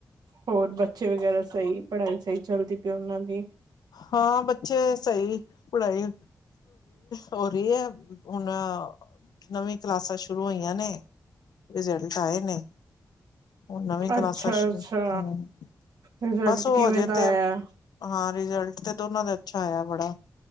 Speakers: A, on the right; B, on the left.
A: ਹੋਰ ਬੱਚੇ ਵਗੈਰਾ ਸਹੀ ਪੜ੍ਹਾਈ ਸਹੀ ਚੱਲਦੀ ਪਈ ਉਹਨਾਂ ਦੀ।
B: ਹਾਂ ਬ ਜੇ ਸਹੀ ਪੜ੍ਹਾਈ <unintelligible> ਹੋ ਰਹੀ ਹੈ। ਹੁਣ ਨਵੀਂ ਕਲਾਸਾਂ ਸ਼ੁਰੂ ਹੋਈਆਂ ਨੇ ਰਿਜ਼ਲਟ ਆਏ ਨੇ। ਹੁਣ ਨਵੀਂ ਕਲਾਸਾਂ
A: ਅੱਛਾ-ਅੱਛਾ
B: ਸ਼ੁਰੂ ਹਮ
A: ਰਿਜ਼ਲਟ
B: ਬਸ ਉਹ
A: ਕਿਵੇਂ
B: ਹਜੇ
A: ਦਾ
B: ਤੇ
A: ਆਇਆ।
B: ਹਾਂ ਰਿਜ਼ਲਟ ਤੇ ਦੋਨਾਂ ਦਾ ਅੱਛਾ ਆਇਆ ਬੜਾ